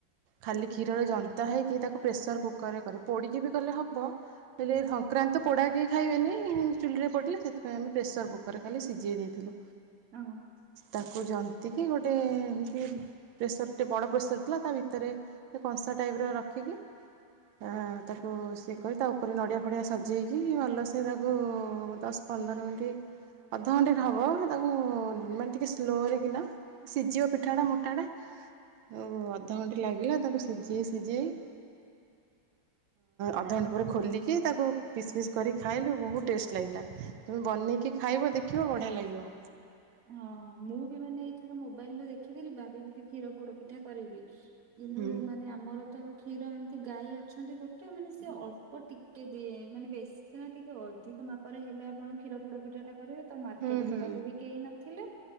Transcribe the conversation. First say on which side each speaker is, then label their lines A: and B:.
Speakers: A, on the right; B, on the right.
A: ଖାଲି କ୍ଷୀରରେ ଜନ୍ତା ହେଇକି, ତାକୁ ପ୍ରେସର କୁକର ରେ କରେ, ପୋଡିକି ବି କଲେ ହବ। ହେଲେ ସଂକ୍ରାନ୍ତି ତ ପୋଡ଼ା କେହି ଖାଇବେନି ଚୁଲିରେ ପଡ଼ିଲେ ସେଥିପାଇଁ ଆମେ ପ୍ରେସରକୁୁକ୍ କୁକରରେ ଖାଲି ସିଝେଇ ଦେଇଥିଲୁ
B: ଓହୋ
A: ତାକୁ ଜନ୍ତିକି ଗୋଟେ ଏମିତି ପ୍ରେସର ଟେ ବଡ ପ୍ରେସର ଥିଲା ତା ଭିତରେ କଂସା ଟାଇପ ର ରଖିକି ତା ତାକୁ ସିଏ କରି ତା ଉପରେ ନଡ଼ିଆ ଫଡ଼ିଆ ସଜେଇକି ଭଲସେ ତାକୁ ଦଶ ପନ୍ଦର ମିନିଟ୍ ଅଧଘଣ୍ଟେକେ ହବ ତାକୁ ମାନେ ଟିକେ ସ୍ଲୋରେ କିନା ସିଝିବ ପିଠାଟା ମୋଟାଟା ଓ ଅଧଘଣ୍ଟେ ଲାଗିଲା ତାକୁ ସିଝେଇ ସିଝେଇ ଅଧଘଣ୍ଟା ପରେ ଖୋଲିକି ତାକୁ ପିସ୍ ପିସ୍ କରି ଖାଇଲୁ ବହୁତ ଟେଷ୍ଟ ଲାଗିଲା। ତୁମେ ବନେଇକି ଖାଇବ ଦେଖିବ ବଢ଼ିଆ ଲାଗିବ।
B: ହଁ ମୁଁ ବି ମାନେ ଏଇଥର ମୋବାଇଲ ରୁ ଦେଖିଥିଲି ଭାବିଥିଲି କ୍ଷୀର ପୋଡ ପିଠା କରିବି। କିନ୍ତୁ
A: ହୁଁ
B: ମାନେ ଆମର ତ କ୍ଷୀର ଏମିତି ଗାଈ ଅଛନ୍ତି ଗୋଟେ ମାନେ ସେ ଅଳ୍ପ ଟିକେ ଦିଏ ମାନେ ବେଶୀ ସିନା ଟିକେ ଅଧିକ ମାପରେ ହେଲେ ଆପଣ କ୍ଷୀର ପୋଡ ପିଠାଟା କରିବେ ତ ମାର୍କେଟ
A: ହୁଁ ହୁଁ
B: ଯିବାକୁ ବି କେହି ନଥିଲେ